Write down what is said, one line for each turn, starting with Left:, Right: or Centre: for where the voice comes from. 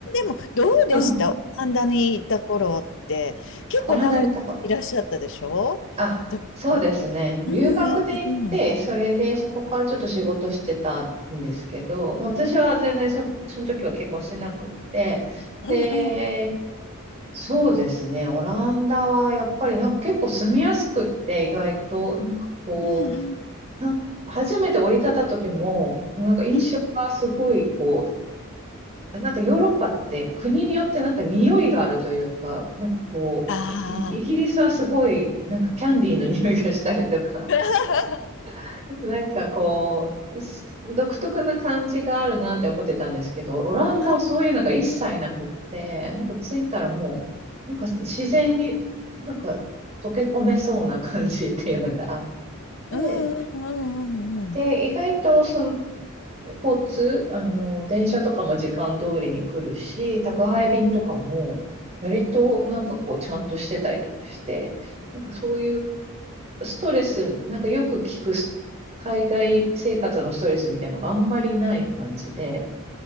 Left: ダでも、どうでしたオランダにいた頃って、
Right: うん。
Left: 結構長くいらっしゃったでしょだから
Right: オランダにいた頃。あ、そうですね。
Left: うんうん
Right: 留学で行って、それでそこからちょっと仕事してたんですけど、まあ私は全然そ、その時は結婚してなくって、
Left: うんうんうん
Right: で、そうですね。オランダはやっぱりなんか結構住みやすくって、意外と、なんかこ
Left: うんうん
Right: う、な、初めて降り立った時も、なんか印象がすごい、
Left: うんうん
Right: こう、なんかヨーロッパって国によってなんか匂いがあるというか、なんかこう、
Left: あ
Right: イイギリスはすごい、なんかキャンディーの匂いがしたりとか、
Left: あー。
Right: <laughs> なんかこう、す独特な感じがあるなって思ってたんですけど、オランダはそういうのが一切なくって、
Left: <laughs>
Right: なんか着いたらもう、なんか自然になんか溶け込めそうな感じっていうのがあって、
Left: うんうんうんうんうん。
Right: で、意外とその交通、あの、電車とかも時間通りに来るし、宅配便とかも、割となんかこう、ちゃんとしてたりとかして、なんかそういうストレス、なんかよく聞くス海外生活のストレスみたいなのがあんまりない感じで、